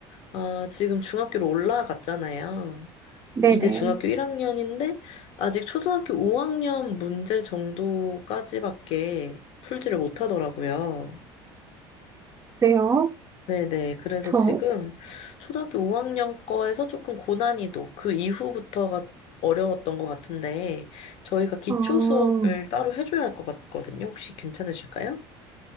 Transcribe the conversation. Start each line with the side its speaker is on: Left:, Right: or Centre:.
Left: 아, 지금 중학교로 올라갔잖아요.
Right: 네네.
Left: 이제 중학교 1학년인데 아직 초등학교 5학년 문제 정도까지밖에 풀지를 못하더라고요.
Right: 그래요.
Left: 네네. 그래서
Right: 저,
Left: 지금 초등학교 5학년 거에서 조금 고난이도, 그 이후부터가 어려웠던 것 같은데 저희가 기초
Right: 어,
Left: 수업을 따로 해줘야 할 것 같거든요. 혹시 괜찮으실까요?